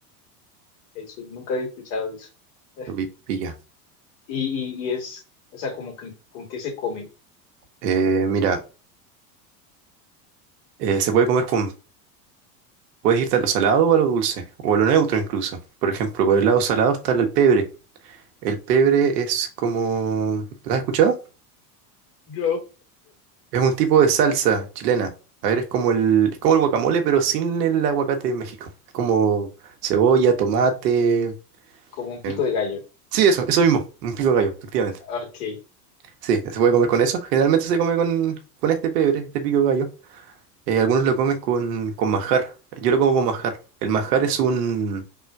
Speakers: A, on the left; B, on the right.
A: Eso, nunca había escuchado eso. <laughs>
B: Lo pi- Pilla.
A: Y, y, y es, o sea, como que, ¿con qué se come?
B: Eh, mira, eh, se puede comer con... Puedes irte a lo salado o a lo dulce, o a lo neutro incluso. Por ejemplo, por el lado salado está el pebre. El pebre es como... ¿Lo has escuchado?
A: Yo.
B: Es un tipo de salsa chilena. A ver, es como el, es como el guacamole, pero sin el aguacate de México. Es como cebolla, tomate.
A: Como un pico
B: em,
A: de gallo.
B: sí, eso, eso mismo. Un pico de gallo, efectivamente.
A: Ok,
B: Sí, se puede comer con eso. Generalmente se come con, con este pebre, este pico de gallo. Eh, algunos lo comen con, con manjar. Yo lo como con manjar. El manjar es un.